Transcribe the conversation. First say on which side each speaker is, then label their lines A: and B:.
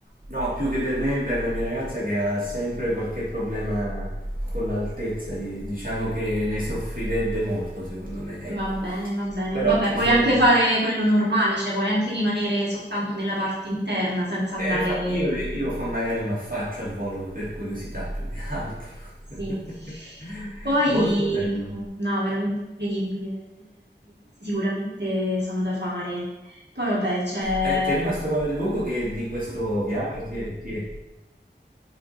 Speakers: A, on the right (about 50°); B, on the right (about 65°).
A: No, più che per me, per la mia ragazza che ha sempre qualche problema con l'altezza, di- diciamo che ne soffrirebbe molto, secondo me, ecco.
B: va bene, va bene.
A: Però
B: Vabbè,
A: ci
B: puoi
A: sono...
B: anche fare quello normale, cioè puoi anche rimanere soltanto nella parte interna senza andare...
A: eh, fa- Io, io fa- magari mi affaccio al volo per curiosità più che altro. <laughs>
B: Sì. Poi,
A: Molto bello.
B: mm, no, veramente incredibile. Eh, Quindi questi sicuramente sono da fare. Poi vabbè, c'è
A: Eh, ti è rimasto qual- il luogo che di questo viaggio ti è... ti è-